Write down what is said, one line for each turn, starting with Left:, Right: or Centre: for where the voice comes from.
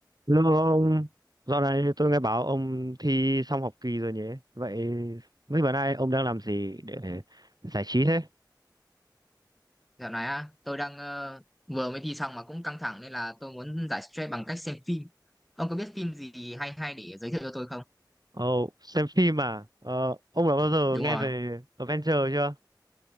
Right: Lương ông, dạo này tôi nghe bảo ông thi xong học kỳ rồi nhỉ? Vậy mấy bữa nay ông đang làm gì để giải trí thế?
Centre: Dạo này á, tôi đang ờ, vừa mới thi xong mà cũng căng thẳng nên là tôi muốn giải stress bằng cách xem phim. Ông có biết phim gì hay hay để giới thiệu cho tôi không?
Right: Ồ, xem phim à? Ờ, ông đã bao giờ
Centre: Đúng
Right: nghe
Centre: rồi.
Right: về Avenger chưa?